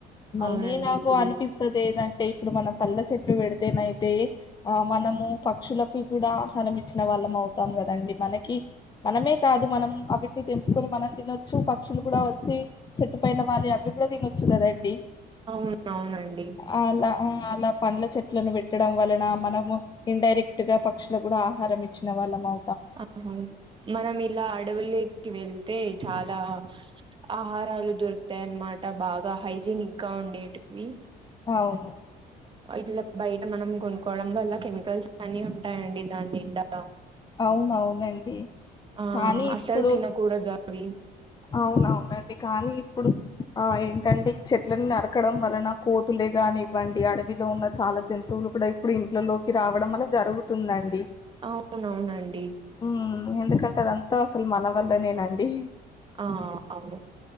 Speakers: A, on the left (about 25°); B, on the right (about 30°).
A: మళ్ళీ
B: అవునండి
A: నాకు
B: ఇప్పుడు
A: అనిపిస్తదేదం అ ఇప్పుడు మనం పల్ల చెట్లు పెడితేనైతే ఆ మనము పక్షులకు కూడా ఆహారం ఇచ్చిన వాళ్ళం అవుతాం కదండి మనకి మనమే కాదు మనం అవిటిని తెంపుకొని మనం తినొచ్చు ప క్షులు కూడా వచ్చి చెట్టుపోన వాలీ అవి కూడా తినొచ్చు కదండి
B: అవును అవునండి
A: అలా మ్ అలా పండ్ల చెట్లను పెట్టడం వలన మనము ఇండైరెక్ట్ గా పక్షులకు కూడా ఆహారం ఇచ్చిన వాళ్ళమౌ
B: ఆ మనం ఇలా అడవుల్లోకి వెళ్తే చాలా ఆ ఆహారాలు దొరుకుతాయన్నమాట బాగా హైజీనిక్ గా ఉండేటివి
A: అవును
B: ఇట్లా బయట మనం కొనుక్కోవడం అల్ల కెమికల్స్ అన్ని ఉంటాయండి దానిండా
A: అవునవునండి
B: ఆ
A: కానీ
B: అసలు
A: ఇప్పుడు
B: తినకూడదు అవి
A: అవునవునండి కానీ ఇప్పుడు ఆ ఏంటండి ఈ చెట్లలను నరకడం వలన కోతులే కనివ్వండి అడవిలో ఉన్న చాలా జంతువులు ఇప్పుడే ఇప్పుడు ఇంట్లోకి రావడం వల్ల జరుగుతుందండి
B: అవునవునండి
A: హ్మ్ ఎందుకంటే అదంతా అసలు మన వల్లనేనండి
B: ఆ అవును